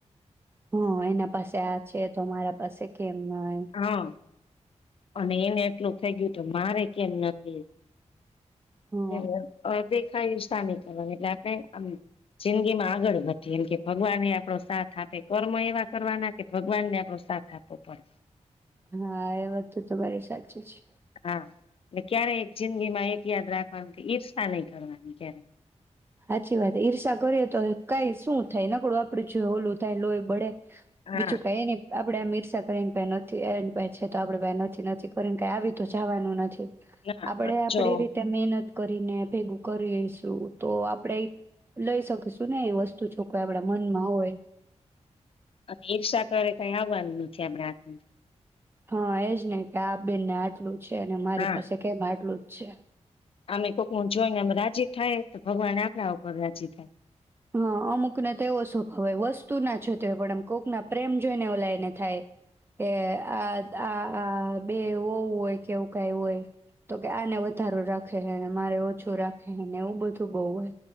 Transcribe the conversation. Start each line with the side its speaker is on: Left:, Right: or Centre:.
Right: હા એના પાસે આ છે તો મારા પાસે. એમ નો એમ.
Left: હા અને એને એટલું થઈ ગયું તો મારે કેમ નથી.
Right: હા
Left: એ અદેખાઈ ઈષૉ નઈ કરવાની એટલે આપણે આમ જિંદગી માં આગળ વધીએ એમ કે ભગવાન આપણો સાથ આપે કર્મ એવા કરવાના કે ભગવાનને આપણો સાથ આપવો પડે.
Right: હા એ બધું તો મારી સાચું છે.
Left: હા એ ક્યારે એક જિંદગી માં એક યાદ રાખવાનું કે ઈર્ષા નહી કરવાની ક્યારે.
Right: સાચી વાત ઈર્ષા કરીએ તો કઈ શું થાય નકળું આપડું જોય ઓલું થાય લોહી બળે.
Left: હા
Right: બીજુ કહે ને. આપડે આ ઈષૉ કરીને <unintelligible> આપડે ભ નથી નથી કરીને કઈ આવી તો જવાનું નથી
Left: ના
Right: આપડે
Left: અ
Right: આપડી
Left: જો
Right: રીતે મેહનત કરીને ભેગું કરી લેશું. તો આપણેે લઈ શકીશું ને એ વસ્તુ તો જોકઈ આપડા મનમાં હોય
Left: આમ ઈર્ષા કરે કઈ આવવાનું નથી આપણે <unintelligible>
Right: હા એજ ને કે આ બેનને આટલું છે ને મારી
Left: હા
Right: પાસે કેમ આટલું છે
Left: આમે કોકનુ જોઈનેમ રાજી થાય ભગવાન આપણા ઉપર રાજી થાય.
Right: હ અમુક ને તો એવો સ્વભાવ હોય વસ્તુ ના જોતે પણ આમ કોક ના પ્રેમ જોઈને ઓલા લઈને થાય કે આ આ આ બે વવ હોય કે એવું કઈ હોય તો કે આને વધારું રાખે ન મારે ઓછું રાખેને એવું બધું બહુ હોય.